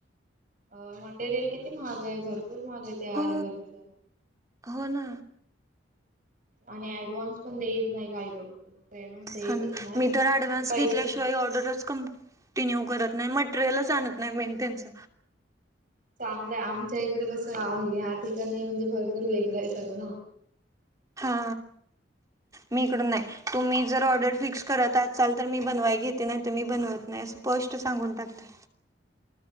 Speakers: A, on the right (about 45°); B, on the right (about 20°).
A: मटेरियल किती महाग आहे भर पुर माग त्या
B: हो
A: आरेवरच.
B: हो ना
A: आणि ऍडव्हान्स पण देत नाही काही लोक. ऍडव्हान्स देतच
B: हा
A: नाही.
B: मी तर ऍडव्हान्स
A: आणि पैसे
B: घेतल्याशिवाय
A: पण
B: ऑर्डरच क कटीन्यू करत नाही मटेरियलच आणत नाही मेन त्यांच.
A: चांगलंय आमच्या इकडे कसंव ह्या ठिकाणी म्हणजे भरपूर वेगला आहे सगळ
B: हा. मीकड नाही तुम्ही जर ऑर्डर फिक्स करत आचाल तर मी बनवाय घेते नाही, तर मी बनवत नाही. पष्ट सांगून टाकते.